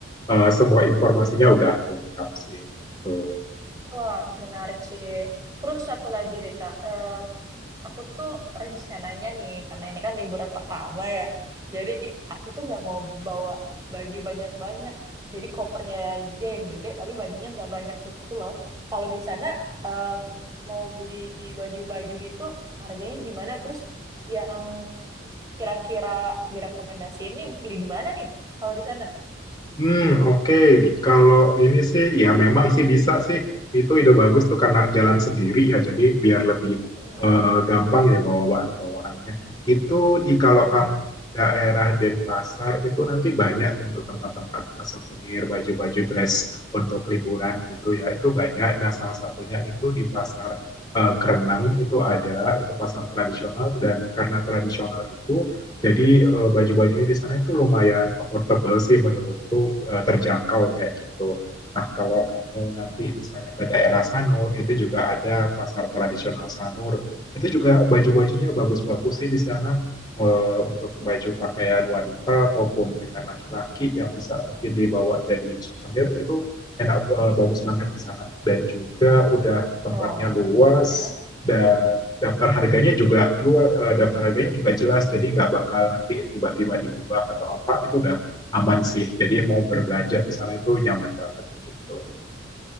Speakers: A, on the left (about 20°); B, on the right (about 15°).
A: eh, semua informasinya udah lengkap sih. Tuh.
B: Wah, menarik sih. Terus satu lagi deh Kak, Em, aku tuh rencananya nih, karena ini kan liburan pertama ya, jadi aku tuh nggak mau bawa baju banyak-banyak. Jadi kopernya aja yang gede, tapi bajunya nggak banyak gitu loh. Kalau di sana em, mau beli baju-baju gitu, harganya gimana? Terus yang Kira-kira direkomendasi ini beli di mana nih kalau di sana?
A: Hmm, oke. Kalau ini sih, ya memang sih bisa sih. Itu ide bagus tuh karena jalan sendiri ya, jadi biar lebih
B: Mm-mm.
A: eh, gampang ya bawaan-bawaannya. Itu di kalau
B: Dan
A: kamu di daerah Denpasar itu nanti banyak untuk tempat-tempat souvenir, baju-baju dress untuk liburan gitu ya. Itu banyak. Nah, salah satunya itu di Pasar eh, Kerenang itu ada, itu pasar tradisional dan karena tradisional itu jadi eh, baju-bajunya di sana itu lumayan affordable sih menurutku, eh, terjangkau kayak gitu. Nah, kalau kamu nanti misalnya ke daerah Sanur, itu juga ada pasar tradisional Sanur. Itu juga baju-bajunya bagus-bagus sih di sana eh, untuk baju pakaian wanita ataupun dengan laki-laki yang bisa mungkin dibawa jadi souvenir itu enak eh, bagus banget di sana. Dan juga udah tempatnya
B: oh,
A: luas
B: oke.
A: dan daftar
B: Maksudnya
A: harganya juga luar eh, daftar harganya juga jelas jadi nggak bakal nanti tiba-tiba diubah atau apa itu udah aman sih jadi mau berbelanja di sana itu nyaman banget gitu